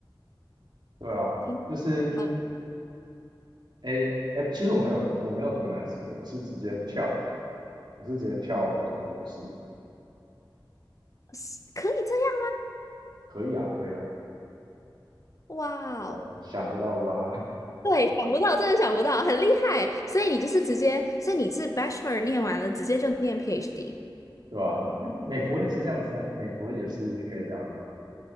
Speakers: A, on the right; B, on the left.
A: 对啊，
B: 听好的，
A: 就是诶诶，其实我没有我没有读 master，我是直接跳，我是直接跳读博士的，
B: 是可以这样，
A: 可以啊，可以啊，
B: 哇哦！
A: 对吧？想不到吧？
B: 对，想不到，真的想不到，很厉害。所以你就是直接，所以你是 Bachelor 念完了，直接就念 PhD。
A: 对吧？因为美国也是这样子啊，美国也是可以这样的啊。